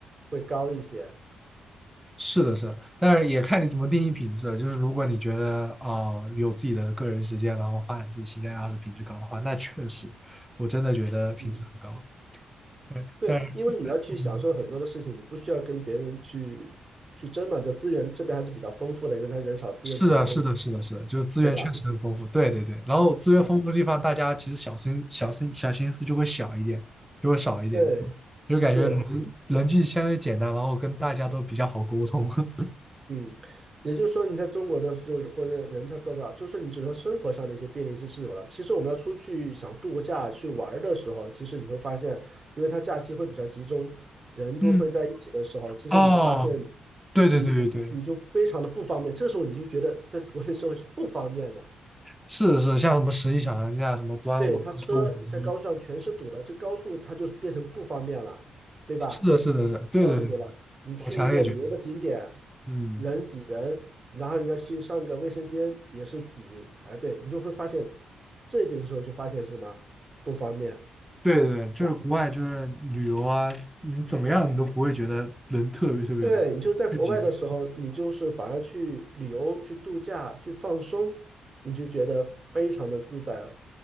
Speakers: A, on the right (about 40°); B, in the centre.
A: 会高一些。
B: 是的，是的，但是也看你怎么定义品质了。就是如果你觉得啊、呃有自己的个人时间，然后发展自己兴趣爱好是品质高的话，那确实，我真的觉得品质很高。
A: 嗯，
B: 对，
A: 对，
B: 但是
A: 因为你要去享受很多的事情，
B: 嗯，
A: 你不需要跟别人去去争嘛，就资源这边还是比较丰富的，因为他人少，资源比较丰富，
B: 是的，是的，是的，是的，就是资源确实很丰富。
A: 对吧？
B: 对对对，然后资源丰富的地方，
A: 哎
B: 大家其实小心、小心、小心思就会小一点，就会少一点，
A: 对，
B: 就感觉人
A: 是，
B: 人际相对简单，然后跟大家都比较好沟通。<laughs>
A: 嗯，也就是说，你在中国的就是或者人他多少，就是你只能生活上的一些便利性是有了。其实我们要出去想度个假去玩儿的时候，其实你会发现，因为他假期会比较集中，人都会在一起的时候，
B: 嗯，
A: 其实你发现
B: 哦，对对对对对。
A: 你你就非常的不方便。这时候你就觉得在国内生活是不方便的。
B: 是的是的，像什么十一小长假、什么端午啊、
A: 对，他车在高速上全是堵的，
B: 周五一，
A: 这高速它就变成不方便了，对吧？
B: 是的，是的，是的，对对对，
A: 到处堵了，你去一个旅游的景点，
B: 我强烈觉得，嗯，
A: 人挤人，然后你要去上个卫生间也是挤排队，你就会发现这一点的时候就发现什么不方便，是
B: 对对对，就是国外就是旅游啊，
A: 吧？
B: 你怎么样你都不会觉得人特别特别多，
A: 对，你就在国外的时候，
B: 聚集，
A: 你就是反而去旅游、去度假、去放松，你就觉得非常的自在。